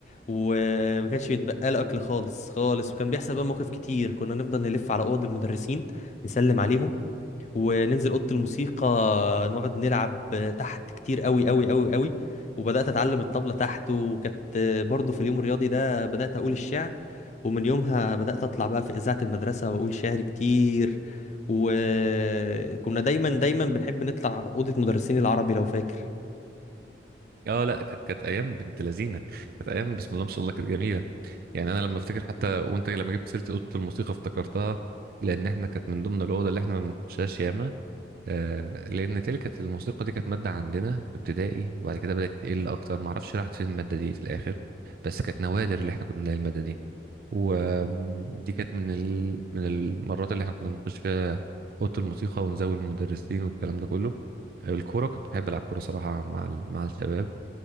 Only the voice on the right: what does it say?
اه لا كانت كانت ايام بنت لذينه كانت ايام بسم الله ما شاء الله كانت جميله يعني انا لما افتكر حتى وانت لما جبت سيره اوضه الموسيقى افتكرتها لان احنا كانت من ضمن الاوضه اللي احنا ما بنخشهاش ياما آه، لان تلك كانت الموسيقى دي كانت ماده عندنا في ابتدائي وبعد كده بدات تقل اكتر ما اعرفش راحت فين الماده دي في الاخر بس كانت نوادر اللي احنا كنا نلاقي الماده دي ودي كانت من ال... من المرات اللي احنا كنا بنخش فيها اوضه الموسيقى ونزود المدرسين والكلام ده كله آه، الكوره كنت بحب العب كوره صراحه مع ال... مع الشباب